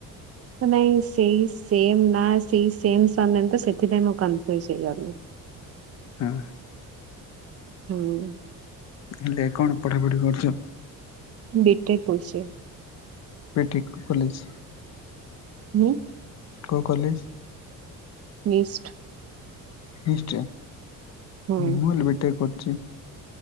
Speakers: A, on the right; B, on the left.
A: ନାଇଁ ସେଇ ସେମ୍ ନା ସେଇ ସେମ୍ ସାରନେମ୍ ତ ସେଥିପାଇଁ ମୁଁ କନଫ୍ୟୁଜ୍ ହେଇଗଲି।
B: ଆଃ।
A: ହୁଁ।
B: ହେଲେ କଣ ପଢାପଢି କରୁଚ?
A: ମୁଁ ବିଟେକ କରୁଚି।
B: ପିଠିକ୍ ଖୋଲିଚି।
A: ହୁଁ।
B: କୋଉ କଲେଜ୍?
A: ମିଷ୍ଟ୍
B: ନିଶ୍ଚୟ
A: ହୁଁ
B: ମୁଁ ହେ ବିଟେଇ କରୁଚି।